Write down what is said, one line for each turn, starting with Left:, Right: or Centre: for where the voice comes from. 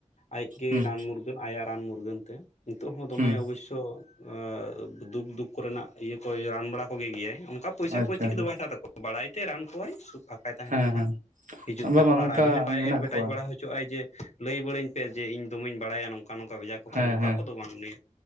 Left: ᱟᱡᱜᱮ
Right: ᱦᱩᱸ
Left: ᱨᱟᱱ ᱢᱩᱨᱜᱟᱹᱱ ᱟᱭᱟᱜ ᱨᱟᱱ ᱢᱩᱨᱜᱟᱹᱱ ᱛᱮ ᱱᱤᱛᱳᱜ ᱦᱚᱸ ᱫᱚᱢᱮ
Right: ᱦᱩᱸ
Left: ᱚᱵᱳᱥᱥᱚ ᱟ ᱫᱩᱠ ᱫᱩᱠ ᱠᱚᱨᱮᱱᱟᱜ ᱤᱭᱟᱹ ᱠᱚᱭ ᱨᱟᱱ ᱵᱟᱲᱟ ᱠᱚᱜᱮ ᱜᱮᱭᱟᱭ ᱚᱱᱠᱟ ᱯᱚᱭᱥᱟ
Right: ᱟᱪᱪᱷᱟ
Left: ᱠᱷᱚᱭᱛᱤ ᱠᱚᱫᱚ
Right: ᱟᱪᱪᱷᱟ
Left: ᱵᱟᱭ ᱦᱟᱜ ᱛᱟᱠᱚᱣᱟ ᱵᱟᱲᱟᱭ ᱛᱮ ᱨᱟᱱ ᱠᱚᱣᱟᱭ ᱥᱩᱵ ᱯᱷᱟᱸᱠᱟᱭ ᱛᱟᱦᱮᱸ
Right: ᱦᱮᱸ
Left: ᱞᱮᱱᱠᱷᱟᱱ
Right: ᱦᱮᱸ
Left: ᱦᱤᱡᱩᱜ
Right: ᱵᱟᱝ
Left: ᱛᱟᱠᱚ
Right: ᱵᱟᱝ
Left: ᱟᱨ
Right: ᱚᱱᱠᱟ
Left: ᱟᱡ ᱦᱚᱸᱭ ᱵᱟᱭ
Right: ᱢᱮᱱᱟᱜ
Left: ᱮᱰᱵᱷᱮᱴᱟᱡᱽ
Right: ᱠᱚᱣᱟ
Left: ᱵᱟᱲᱟ ᱦᱚᱪ ᱦᱚᱪᱚᱜ ᱟᱭ ᱡᱮ ᱞᱟᱹᱭ ᱵᱟᱹᱲᱟᱹᱧ ᱯᱮ ᱡᱮ ᱤᱧ ᱫᱚᱢᱮᱧ ᱵᱟᱲᱟᱭᱟ ᱱᱚᱝᱠᱟ ᱱᱚᱝᱠᱟ ᱵᱷᱮᱡᱟ ᱠᱚᱯᱮ
Right: ᱦᱮᱸ
Left: ᱱᱚᱝᱠᱟ
Right: ᱦᱮᱸ
Left: ᱠᱚ ᱫᱚ ᱵᱟᱝ ᱩᱱᱤ